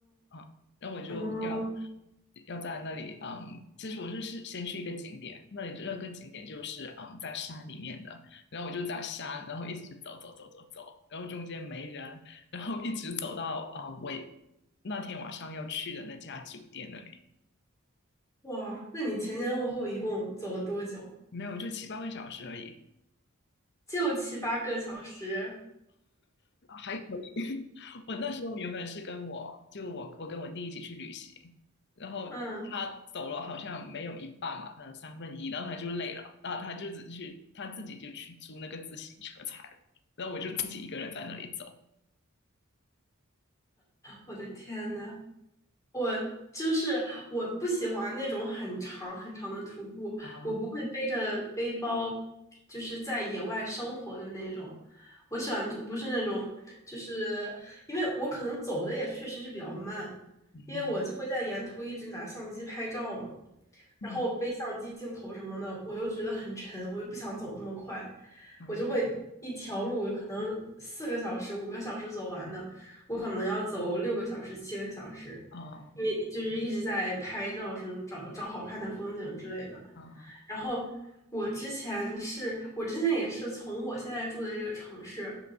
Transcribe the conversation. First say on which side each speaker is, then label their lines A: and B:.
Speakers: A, on the left (about 55°); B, on the left (about 15°).
A: 啊。然后我就要
B: 哦，
A: 要在那里，嗯，其实我是是先去一个景点，那里那个景点就是嗯在山里面的，然后我就在山，然后一直走走走走走，然后中间没人，然后一直走到啊、呃我那天晚上要去的那家酒店那里，
B: 哇，那你前前后后一共走了多久？
A: 没有就七八个小时而已。
B: 就七八个小时。
A: 还可以。<laughs> 我那时候原本是跟我就我我跟我弟一起去旅行，然后他走了好像没有一半吧，
B: 嗯，
A: 可能三分一，然后他就累了，然后他就只去他自己就去租那个自行车踩了然后我就自己一个人在那里走。
B: 我的天呐，我就是我不喜欢那种很长很长的徒步，
A: 啊，
B: 我不会背着背包，就是在野外生活的那种。我喜欢徒步是那种，就是因为我可能走的也确实是比较慢，
A: 嗯
B: 因为我会在沿途一直拿相机拍照嘛，然后背相机镜头什么的，
A: 嗯
B: 我又觉得很沉，我又不想走那么快，
A: 嗯
B: 我就会一条路可能四个小时、五个小时走完的，我可能要走六个小时、
A: 嗯，
B: 七个小时，
A: 哦
B: 因为就是一直在拍照什么找找好看的风景之类的。
A: 哦，
B: 然后我之前是我之前也是从我现在住的这个城市，